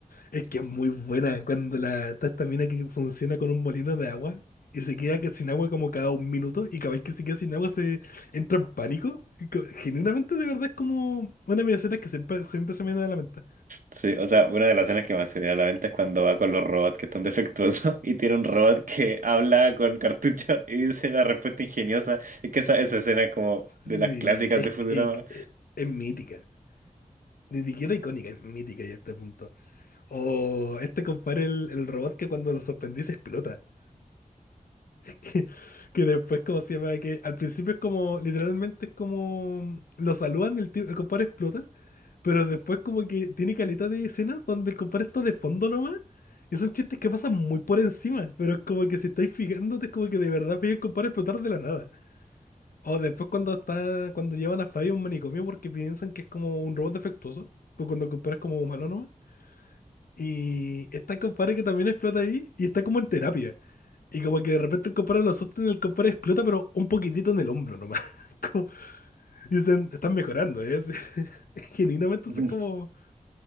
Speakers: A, on the left (about 80°); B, on the right (about 65°).
A: Es que es muy buena cuando la, está esta mina que funciona con un molino de agua y se queda que- sin agua como cada un minuto y cada vez que se queda sin agua se entra en pánico. Y co- Genuinamente de verdad es como una de mis escenas que siempre, siempre se me da a la mente.
B: sí. O sea, una de las escenas que más se viene a la mente es cuando va con los robots que están defectuosos <laughs> y tiene un robot que habla con cartucho y dice la respuesta ingeniosa. Es que esa, esa escena es como de
A: Sí,
B: las clásicas
A: es,
B: de Futurama.
A: es, es- es mítica. Ni siquiera icónica, es mítica ya a este punto. O este compadre, el, el robot que cuando lo sorprendí se explota. <laughs> Que, que después, como se llama? Que al principio es como, literalmente es como, lo saludan, el, tío- el compadre explota. Pero después como que tiene caleta de escenas donde el compadre está de fondo nomás. Y son chistes que pasan muy por encima. Pero es como que si estáis fijándote, es como que de verdad veis el compadre explotar de la nada. O después cuando está, cuando llevan a Fry a un manicomio porque piensan que es como un robot defectuoso. Pues cuando el compadre es como humano nomás. Y está el compadre que también explota ahí y está como en terapia. Y como que de repente el compadre lo asusta y el compadre explota, pero un poquitito en el hombro nomás. <laughs> Como- y dicen, están mejorando, ¿eh? <laughs> Genuinamente
B: <laughs>
A: eso es como,